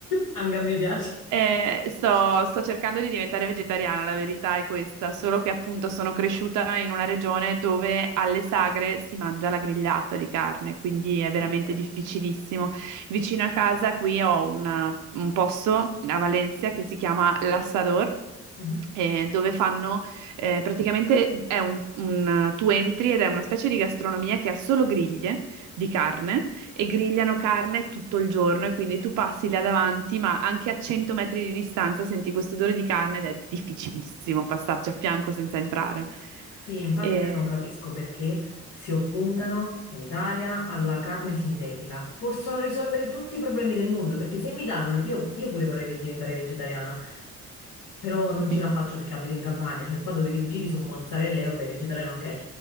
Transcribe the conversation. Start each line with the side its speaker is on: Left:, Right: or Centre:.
Left: anche a me piace.
Right: Eh, sto, sto cercando di diventare vegetariana, la verità è questa, solo che appunto sono cresciuta in una regione dove alle sagre si mangia la grigliata di carne, quindi è veramente
Left: Idem.
Right: difficilissimo. Vicino a casa qui ho una- un posto a Valencia che si chiama L'Assador,
Left: Mhm.
Right: eh, dove fanno eh, praticamente è un, un- tu entri ed è una specie di gastronomia che ha solo griglie di carne e grigliano carne tutto il giorno e quindi tu passi là davanti, ma anche a 100 metri di distanza senti questo odore di carne ed è difficilissimo passarci a fianco senza entrare.
Left: Sì, infatti
Right: E-
Left: io non capisco perché si oppongano in Italia alla carne sintetica. Possono risolvere tutti i problemi del mondo, perché se mi danno, io, io pure vorrei ve- diventare vegetariana, però non ce
Right: sì.
Left: la faccio perché abito in Campania, cioè qua dove vi giri su mozzarella, e vabbè, vegetariano ok, eh,